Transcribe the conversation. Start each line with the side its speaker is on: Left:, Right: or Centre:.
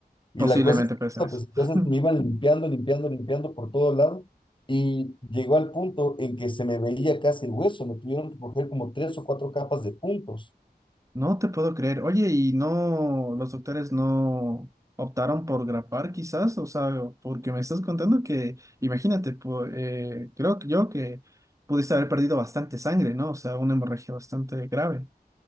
Left: Y
Right: Posiblemente
Left: la cosa es que,
Right: puede ser
Left: no,
Right: eso.
Left: pues entonces
Right: <laughs>
Left: me iban limpiando, limpiando, limpiando por todo lado y llegó al punto en que se me veía casi el hueso, me tuvieron que coger como tres o cuatro capas de puntos.
Right: No te puedo creer. Oye, ¿y no los doctores no optaron por grapar quizás? O sea, porque me estás contando que, imagínate, pu- eh, creo que yo que pudiste haber perdido bastante sangre, ¿no? O sea, una hemorragia bastante grave.